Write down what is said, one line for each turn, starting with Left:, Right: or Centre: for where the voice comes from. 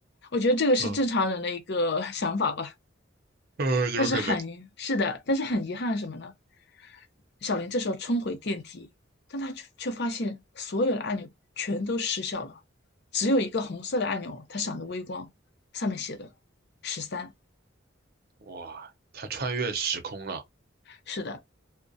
Left: 我觉得这个是正常人的一个
Right: 嗯，
Left: <laughs> 想法吧。
Right: 呃，有可能。
Left: 但是很，是的，但是很遗憾是什么呢？小林这时候冲回电梯，但他却却发现所有的按钮全都失效了，只有一个红色的按钮，它闪着微光，上面写的十三。
Right: 哇，他穿越时空了。
Left: 是的，